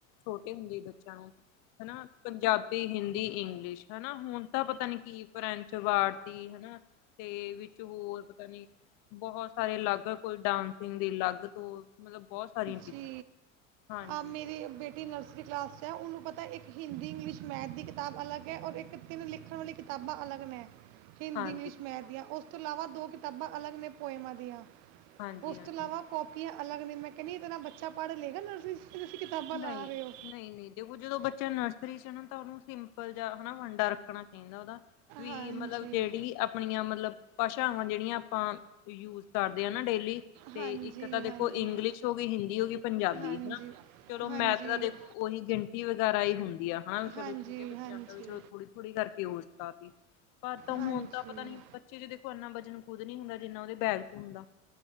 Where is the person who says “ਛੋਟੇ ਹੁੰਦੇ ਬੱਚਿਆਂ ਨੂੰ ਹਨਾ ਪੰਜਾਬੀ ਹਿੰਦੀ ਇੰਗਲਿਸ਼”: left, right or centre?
Left